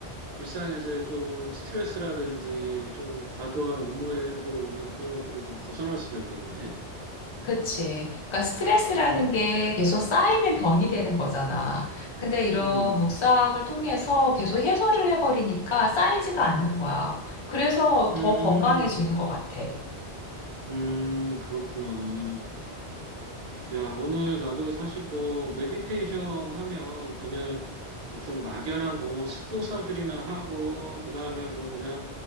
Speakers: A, on the right; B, on the left.
A: 일상에서 좀 스트레스라든지 좀 과도한 업무로 오는 그런 것들을 좀 벗어날 수가 있겠네.
B: 그치. 그러니까 스트레스라는 게 계속 쌓이면 병이 되는 거잖아. 근데 이런
A: 음,
B: 묵상을 통해서 계속 해소를 해버리니까 쌓이지가 않는 거야. 그래서
A: 음,
B: 더 건강해지는
A: 음,
B: 것 같아.
A: 음, 그렇구나. 야, 오늘 나도 사실 뭐, 메디테이션 하면 그냥 어떤 막연한 뭐 수도사들이나 하고, 그 다음에 뭐 그냥